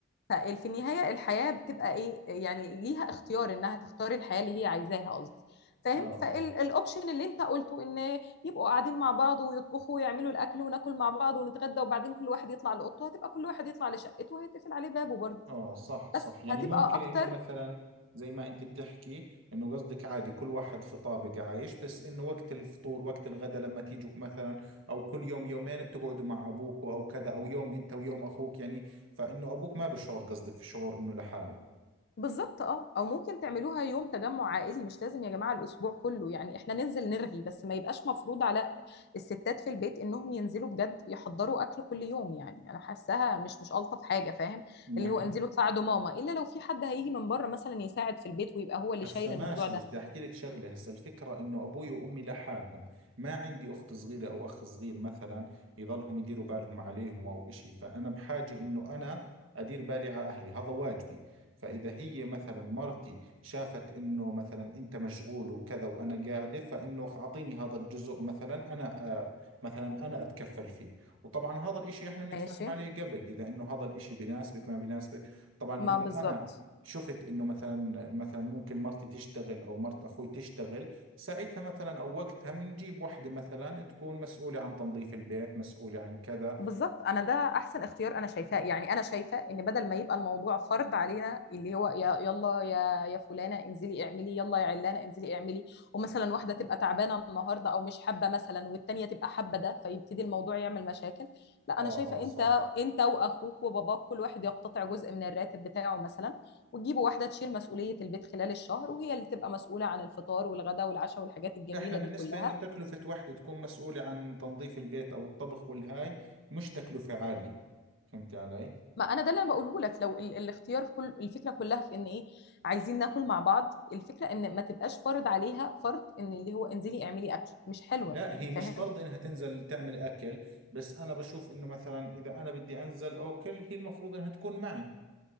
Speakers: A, on the left; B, on the right.
A: ففي النهايه الحياه بتبقى ايه يعني ليها اختيار انها تختار الحياه اللي هي عايزاها قصدي فاهم
B: اه اه
A: فالاوبشن اللي انت قلته ان يبقوا قاعدين مع بعض ويطبخوا ويعملوا الاكل وناكل مع بعض ونتغدى وبعدين كل واحد يطلع لاوضته هتبقى كل واحد يطلع لشقته وهيتقفل عليه بابه برضه
B: اه صح صح
A: بس
B: يعني
A: هتبقى
B: ممكن
A: اكتر
B: انه مثلا زي ما انت بتحكي انه قصدك عادي كل واحد في طابق عايش بس انه وقت الفطور وقت الغداء لما تيجوا مثلا او كل يوم يومين بتقعدوا مع ابوك او كذا او يوم انت ويوم اخوك يعني فانه ابوك ما بشعر قصدك في شعور انه لحاله
A: بالظبط اه او ممكن تعملوها يوم تجمع عائلي مش لازم يا جماعه الاسبوع كله يعني احنا ننزل نرغي بس ما يبقاش مفروض على الستات في البيت انهم ينزلوا بجد يحضروا اكل كل يوم يعني انا حاساها مش مش الطف حاجه فاهم
B: ما
A: اللي هو
B: هي
A: انزلوا تساعدوا ماما الا لو في حد هيجي من بره مثلا يساعد في البيت ويبقى هو اللي
B: هسا
A: شايل
B: ماشي
A: الموضوع ده
B: بس بدي احكي لك شغله هسا الفكره انه ابوي وامي لحالهم ما عندي اخت صغيره او اخ صغير مثلا يضلهم يديروا بالهم عليهم او اشي فانا بحاجه انه انا ادير بالي على اهلي هذا واجبي فاذا هي مثلا مرتي شافت انه مثلا انت مشغول وكذا وانا قاعده فانه اعطيني هذا الجزء مثلا انا آه مثلا انا اتكفل فيه وطبعا هذا الاشي احنا بنتفاهم
A: ماشي
B: عليه قبل اذا انه هذا الاشي بناسبك ما بناسبك طبعا
A: ما
B: اذا
A: بالظبط
B: انا شفت انه مثلا مثلا ممكن مرتي تشتغل او مرت اخوي تشتغل ساعتها مثلا او وقتها بنجيب وحده مثلا تكون مسؤوله عن تنظيف البيت مسؤوله عن كذا
A: بالظبط انا ده احسن اختيار انا شايفاه يعني انا شايفه ان بدل ما يبقى الموضوع فرض علينا اللي هو يا يلا يا يا فلانه انزلي اعملي يلا يا علانه انزلي اعملي ومثلا واحده تبقى تعبانه النهارده او مش حابه مثلا والتانيه تبقى حابه ده فيبتدي الموضوع يعمل مشاكل لا
B: اه
A: انا شايفه
B: اه صح
A: انت انت واخوك وباباك كل واحد يقتطع جزء من الراتب بتاعه مثلا وتجيبوا واحده تشيل مسؤوليه البيت خلال الشهر وهي اللي تبقى مسؤوله عن الفطار والغداء والعشاء والحاجات الجميله
B: احنا بالنسبه
A: دي كلها
B: انه تكلفه وحده تكون مسؤوله عن تنظيف البيت او الطبخ والهاي مش تكلفه عاليه فهمت علي
A: ما انا ده اللي انا بقوله لك لو ال- الاختيار في كل الفكره كلها في ان ايه عايزين ناكل مع بعض الفكره ان ما تبقاش فرض عليها فرض ان اللي هو انزلي اعملي اكل مش حلوه
B: لا
A: يعني
B: هي مش
A: فاهم
B: فرض انها تنزل تعمل اكل بس انا بشوف انه مثلا اذا انا بدي انزل اكل هي المفروض انها تكون معي